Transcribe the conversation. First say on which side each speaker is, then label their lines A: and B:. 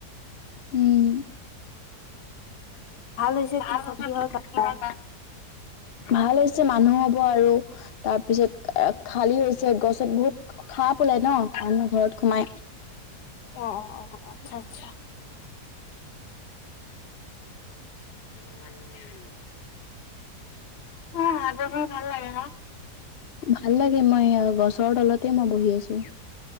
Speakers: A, on the left; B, on the left.
A: উম-
B: হৈছে
A: ভাল
B: কি
A: <unintelligible>
B: কিহৰ কাৰণে
A: কিমান ভাল হৈছে মানুহ হ'ব আৰু তাৰ পিছত খালী হৈছে গছত বহুত সাপ ওলাই ন মানুহৰ ঘৰত সোমাই
B: অ অ আচ্ছা আচ্ছা
A: উম অ' মাজত বহি ভাল লাগে ন? ভাল লাগে, মই গছৰ তলতে মই বহি আছো।